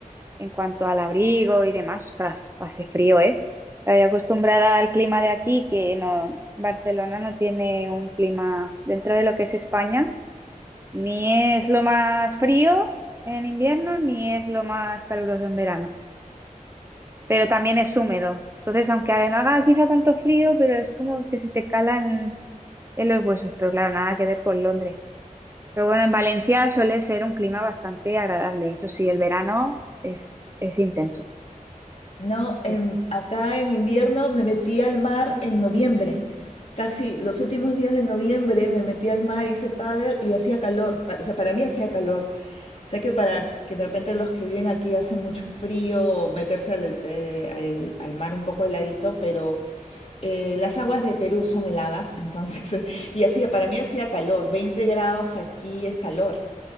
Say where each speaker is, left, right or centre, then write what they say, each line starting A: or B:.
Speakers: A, on the right (about 20°); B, on the left (about 50°).
A: en cuanto al abrigo y demás, ostras, pasé frío, ¿eh? Estoy acostumbrada al clima de aquí, que no, Barcelona no tiene un clima dentro de lo que es España, ni es lo más frío en invierno, ni es lo más caluroso en verano. pero también es húmedo. Entonces, aunque no haga quizá tanto frío, pero es como que se te calan en, los huesos, pero claro, nada que ver con Londres. Pero bueno, en Valencia suele ser un clima bastante agradable. Eso sí, el verano es, es intenso.
B: No, em,
A: Es-
B: acá en invierno me metí al mar en noviembre. Casi los últimos días de noviembre me metí al mar, hice pádel y hacía calor. Pa- O sea, para mí hacía calor. Sé que para que de repente los que viven aquí hace mucho frío meterse al, eh, al- al mar un poco heladito, pero eh, las aguas de Perú son heladas, entonces, <laughs> y hacía, para mí hacía calor. 20 grados aquí es calor.